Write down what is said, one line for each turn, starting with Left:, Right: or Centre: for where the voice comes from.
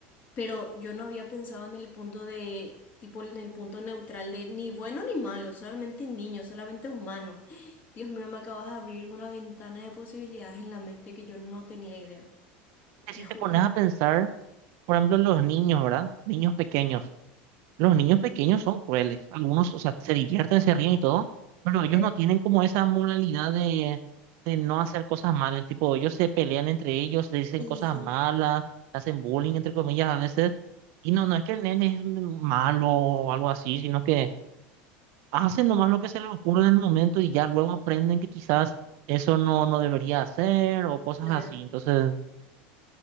Left: pero yo no había pensado en el punto de, tipo, en el punto neutral de ni bueno ni malo, solamente niño, solamente humano. <gasps> Dios mío, me acabas de abrir una ventana de posibilidades en la mente que yo no tenía idea.
Right: Que
Left: Te
Right: si te
Left: ju-
Right: pones
Left: bu-
Right: a pensar, por ejemplo, en los niños, ¿verdad? Niños pequeños. Los niños pequeños son crueles. Algunos, o sea, se divierten, se ríen y todo, pero ellos
Left: Sí,
Right: no tienen como esa moralidad de, de no hacer cosas malas. Tipo, ellos se pelean entre ellos, se dicen
Left: sí,
Right: cosas
Left: sí,
Right: malas, hacen bullying, entre comillas, a veces. Y no, no es que el nene es un malo o algo así, sino que hacen nomás lo que se les ocurre en el momento y ya luego aprenden que quizás eso no, no debería hacer o cosas
Left: claro.
Right: así. Entonces,